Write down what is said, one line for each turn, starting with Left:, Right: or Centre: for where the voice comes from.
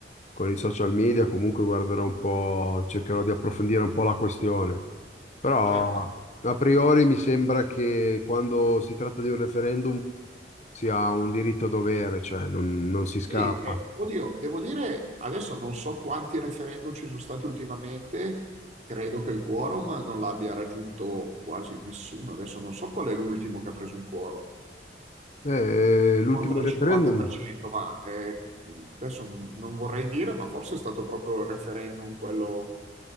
Left: con i social media, comunque guarderò un po', cercherò di approfondire un po' la questione. Però
Right: certo.
Left: a priori mi sembra che quando si tratta di un referendum sia un diritto-dovere, cioè non, non si scappa.
Right: Sì, eh, oddio, devo dire, adesso non so quanti referendum ci sono stati ultimamente, credo che il quorum non l'abbia raggiunto quasi nessuno, adesso non so qual è l'ultimo che ha preso un quorum,
Left: Eh, l'ultimo
Right: oltre
Left: referendum...
Right: il 50%, ma eh, adesso non vorrei dire, ma forse è stato proprio il referendum quello